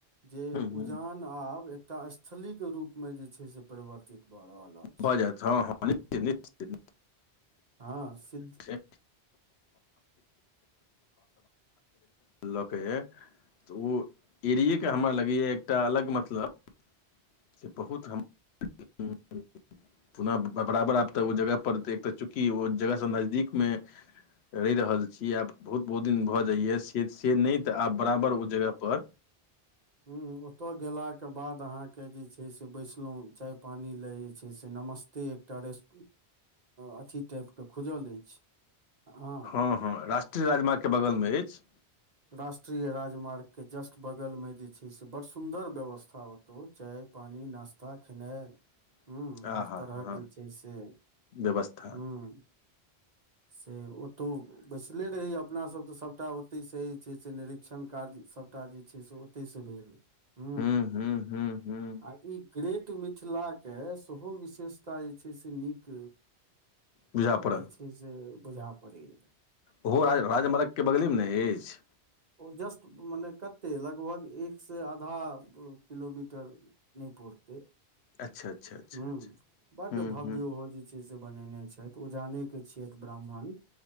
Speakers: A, on the right; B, on the left.
A: जे
B: हूँ हूँ
A: उजान आब एकटा अस छलली के रूप मे जे छै से परिवर्तित भऽ रहल अछि
B: भऽ जायत हँ हँ निश्चित
A: हँ सिद्ध
B: <unintelligible> <unintelligible> ज लऽकै तऽ ओ <unintelligible> ऐरिए के हमरा लगैय एकटा अलग मतलब से बहुत हम <unintelligible> पुः बराबर आब तऽ ओ जगह पर तऽ चूँकि ओ जगहसँ नजदीकमे रहि रहल छी आब बहुत बहुत दिन भऽ जाइए से से नहि तऽ आब बराबर ओ जगहपर
A: हू ओतऽ गेलाके बाद अहाँके जे छै से बैसलहुँ चाय पानि लए जे छै से नमस्ते टैरेस अथी टाइप के खुजल अछि हँ
B: हँ हँ राष्ट्रय राजमार्ग के बगल मे अछि
A: राष्ट्रीय राजमार्गके जस्ट बगलमे जे छै से बड़ सुन्दर व्यवस्था ओते तो चाय पानी नाश्ता खेनाइ
B: <inaudible>
A: हूंम्म
B: आ
A: हर
B: हा
A: तरहक
B: हँ
A: जे छै से हूंम्म
B: व्यवस्था
A: से ओतौ बैसले रहि अपना सब तऽ सबटा ओते से जे छै से निरीक्षण कार्य सभटा जे छै से ओतै से भेल हूंम्म
B: हूँ हूँ हूँ हूँ
A: आ ई ग्रेट मिथिलाके सेहो बिशेषता जे छै से नीक
B: बुझा पड़ल
A: जे छै से बुझा पड़ैय
B: ओहो राज राजमार्गके बगलेमे न अछि
A: ओ जस्ट मने कते लगभग एक से आधा किलोमीटर नहि पुरतै
B: अच्छा अच्छा अच्छा
A: हूंम्म
B: अच्छा
A: बड्ड
B: हूँ
A: भव्य
B: हूँ
A: ओहो जे छै से बनेने छथि ओजाने के छियैथ ब्राह्मण